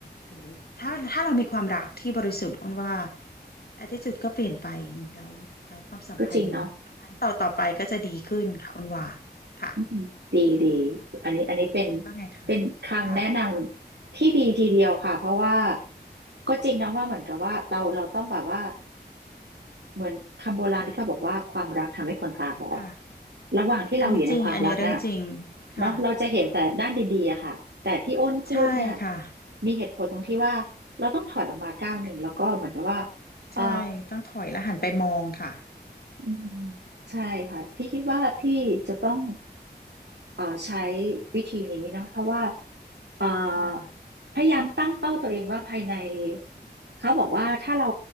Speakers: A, on the left; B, on the right.
A: หรือถ้าถ้าเรามีความรักที่บริสุทธิ์อ้นว่า attitude ก็เปลี่ยนไปแล้วแล้วความสัมพันธ์ครั้งต่อต่อไปก็จะดีขึ้นค่ะอ้นว่า
B: ก็จริงเนาะ
A: ค่ะ
B: อืมดีดีอันนี้อันนี้เป็น
A: คิดว่าไงคะ
B: เป็นคำแนะนำที่ดีทีเดียวค่ะเพราะว่า
A: ค่ะ
B: ก็จริงเนาะว่าเหมือนกับว่าเราเราต้องแบบว่า เหมือนคำโบราณที่เขาบอกว่าความรักทำให้คนตาบอด
A: ค่ะ
B: ระหว่างที่เราอยู่ในความรักน่ะ
A: อันนี้จริงอันนี้เรื่องจริงค่ะ
B: เนาะเราจะเห็นแต่ด้านดีๆอะค่ะแต่ที่อ้นพูดเนี่ย
A: ใช่ค่ะ
B: มีเหตุผลตรงที่ว่าเราต้องถอยออกมาก้าวหนึ่งแล้วก็เหมือนกับว่าเออ
A: ใช่ต้องถอยแล้วหันไปมองค่ะ
B: อืมใช่ค่ะพี่คิดว่าพี่จะต้อง เอ่อใช้วิธีนี้เนาะเพราะว่าเอ่อ
A: ค่ะ
B: พยายามตั้งเป้าตัวเองว่าภายในเขาบอกว่าถ้าเรา